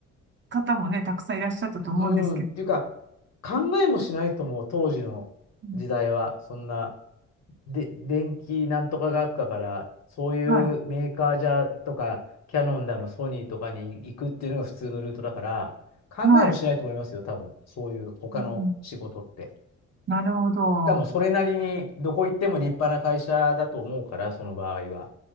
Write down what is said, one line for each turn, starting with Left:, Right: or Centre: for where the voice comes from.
Right: 方もね、たくさんいらっしゃったと思うんですけど、
Left: うん、っていうか、考えもしないと思う、当時の時代は。
Right: うん
Left: そんな、で、電気なんとか学科から、そういうメーカーじゃとか、
Right: は
Left: キャノンだの、ソニーとかに行くっていうのが普通のルートだから、考えもしないと思いますよ、
Right: い、はい。
Left: 多分。そういう他の仕事って。
Right: うん、なるほど。
Left: しかもそれなりにどこ行っても立派な会社だと思うから、その場合は。